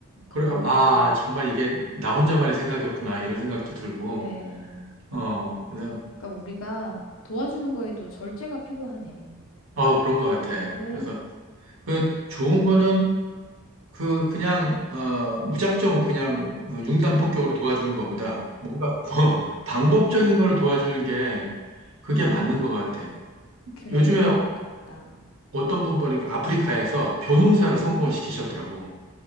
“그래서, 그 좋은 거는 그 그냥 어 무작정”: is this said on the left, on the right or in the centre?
Right